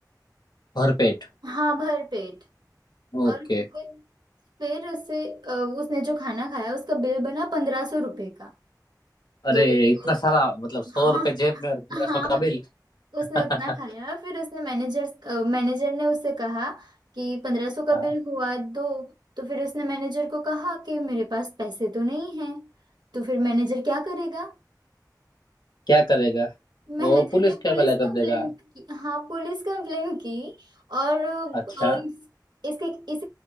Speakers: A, on the left; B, on the right.
A: भरपेट
B: हाँ भर पेट
A: ओके
B: और फिर फिर उसे अ, उसने जो खाना खाया उसका बिल बना पंद्रह सौ रुपए का
A: अरे
B: तो
A: इतना
B: फिर
A: सारा मतलब सौ
B: हाँ
A: रुपए जेब में और पंद्रह
B: हाँ
A: सौ का
B: मतलब
A: बिल
B: उसने
A: <laughs>
B: उतना खाया फिर उसने मैनेजर मैनेजर ने उससे कहा कि पंद्रह सौ का
A: हाँ
B: बिल हुआ दो तो फिर उसने मैनेजर को कहा कि मेरे पास पैसे तो नहीं हैं तो फिर मैनेजर क्या करेगा
A: क्या करेगा
B: मैनेजर
A: वो पुलिस
B: ने
A: के
B: पुलिस
A: हवाले
B: कंप्लेन
A: कर देगा
B: की हाँ पुलिस कंप्लेन की और अ,
A: अच्छा
B: इस, इसके इस,